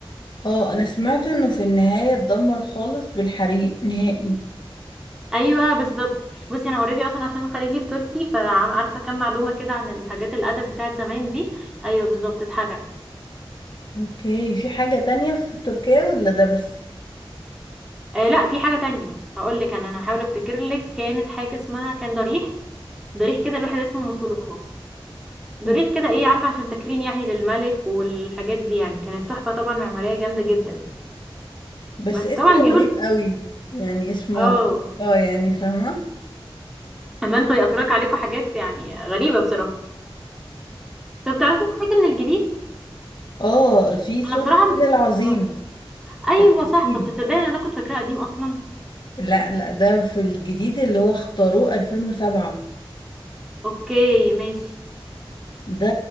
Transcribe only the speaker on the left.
اه انا سمعت انه في النهايه اتدمر خالص بالحريق نهائي
اوكي في حاجه تانية في تركيا ولا ده بس
أوه.
بس
اسمه
غريب
قوي يعني اسمه
اه يعني فاهمة
اه في سور
الفيل العظيم
العظيم
لا لا ده في الجديد اللي هو اختاروه 2007
ده